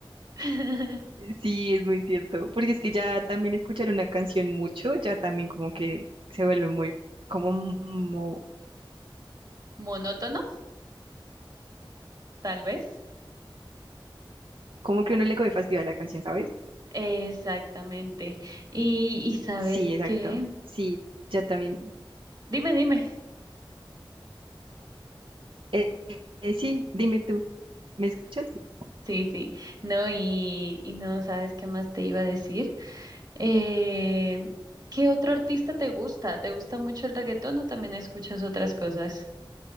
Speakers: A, on the right (about 50°); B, on the right (about 70°).
A: <laughs>
B: Sí, es muy cierto, porque es que ya también escuchar una canción mucho, ya también como que se vuelve muy, como, mo-
A: Monótono, tal vez.
B: como que uno le coge fastidio a la canción, ¿sabes?
A: Exactamente. Y, y ¿sabes
B: Sí, exacto.
A: qué?
B: Sí, ya también.
A: Dime, dime.
B: Eh, eh, sí, dime tú, ¿me escuchas? Sí.
A: Sí, sí. No, y, y no sabes qué más te iba a decir. Eh, ¿qué otro artista te gusta? ¿Te gusta mucho el reggaetón o también escuchas otras cosas?